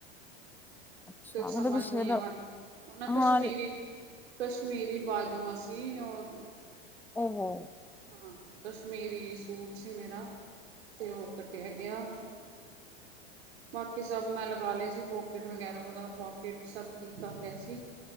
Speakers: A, in the centre; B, on the right.
A: ਅੱਛਾ
B: ਤੇ ਉਹ
A: ਮਤਲਬ
B: ਸਮਝ
A: ਤੁਸੀਂ
B: ਨਹੀਂ ਆ ਰਹੀ ਉਹਨਾਂ
A: ਹਾਂ
B: ਕਸ਼ਮੀਰੀ ਕਸ਼ਮੀਰੀ ਬਾਜੂਆਂ ਸੀ ਉਹ
A: ਉਹਹੋ
B: ਹਾਂ ਕਸ਼ਮੀਰੀ ਸੂਟ ਸੀ ਮੇਰਾ ਤੇ ਉਹ ਕੱਟਿਆ ਗਿਆ। ਬਾਕੀ ਸਭ ਮੈਂ ਲਗਾ ਲਿਆ ਸੀ ਪੋਕੀਟ ਵਗੈਰਾ ਦਾ ਪੋਕਿਟ ਸਭ ਠੀਕ ਕਰ ਲਿਆ ਸੀ